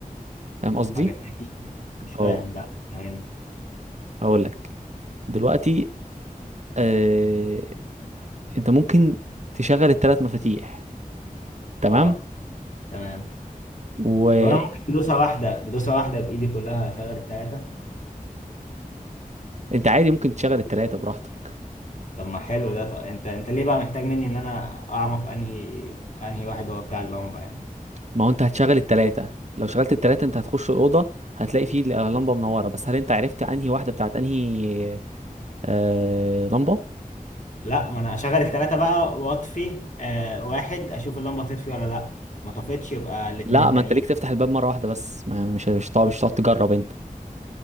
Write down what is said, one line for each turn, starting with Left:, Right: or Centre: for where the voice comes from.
Right: فاهم قصدي
Left: حاجة تاني مش فاهم
Right: اه
Left: لا مش عارف
Right: هقول لك دلوقتي آه... انت ممكن تشغل الثلاث مفاتيح تمام
Left: اه تمام
Right: وانت
Left: طب انا ممكن بدوسة واحدة بدوسة واحدة بإيدي كلها اشغل التلاتة
Right: عادي ممكن تشغل الثلاثه براحتك
Left: طب ما حلو ده طب انت انت ليه بقى محتاج مني ان انا اعرف انهي انهي واحد هو بتاع اللمبه يعني
Right: ما هو انت هتشغل التلاتة لو شغلت التلاتة انت هتخش الأوضة هتلاقي فيه لمبة منورة بس هل انت عرفت انهي واحدة بتاعت انهي آه... لمبة؟
Left: لا ما انا اشغل الثلاثه بقى واطفي آه واحد اشوف اللمبه تطفي ولا لا ما طفتش يبقى الاثنين
Right: لا
Left: التانيين
Right: ما انت ليك تفتح الباب مرة واحدة بس ما مش مش هتقعد مش هتقعد تجرب انت